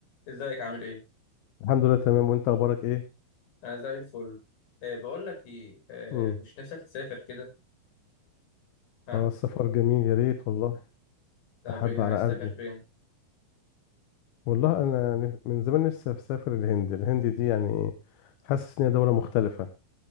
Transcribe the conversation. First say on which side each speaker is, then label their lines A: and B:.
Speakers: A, on the left (about 65°); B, on the left (about 80°).
A: ازيك عامل ايه؟
B: الحمد لله تمام وانت اخبارك ايه
A: انا زي الفل أه بقول لك ايه أه
B: امم
A: مش نفسك تسافر كده ها؟
B: اه السفر جميل يا ريت والله
A: طب
B: احب
A: ايه
B: على
A: عايز تسافر
B: قلبي
A: فين؟
B: والله انا ن- من زمان نفسي اسافر الهند الهند دي يعني حاسس ان هي دوله مختلفه